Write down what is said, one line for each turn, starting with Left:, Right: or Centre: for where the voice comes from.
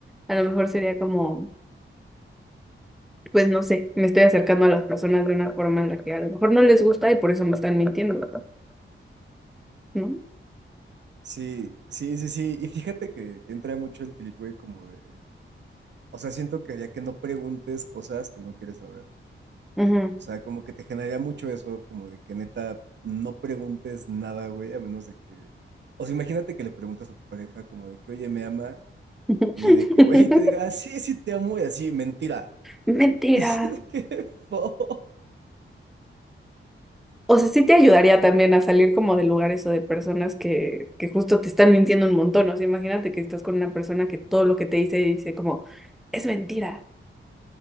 Centre: a lo mejor sería como, pues no sé, me estoy acercando a las personas de una forma en la que a lo mejor no les gusta y por eso me están mintiendo, ¿no?
Right: Sí, sí, sí, sí. Y fíjate que entra mucho el trip, güey, como de... O sea, siento que ya que no preguntes cosas que no quieres saber.
Centre: Ujú.
Right: O sea, como que te generaría mucho eso, como de que neta no preguntes nada, güey, a menos de que. O sea, imagínate que le preguntas a tu pareja como de que, oye, me ama,
Centre: <laughs>
Right: y de que, güey, te diga, "Ah, sí, sí te amo, y así, mentira.
Centre: Mentira.
Right: <laughs> ¡Qué fo!
Centre: O sea, sí te ayudaría también a salir como de lugares o de personas que, que justo te están mintiendo un montón. O sea, imagínate que estás con una persona que todo lo que te dice dice como, es mentira.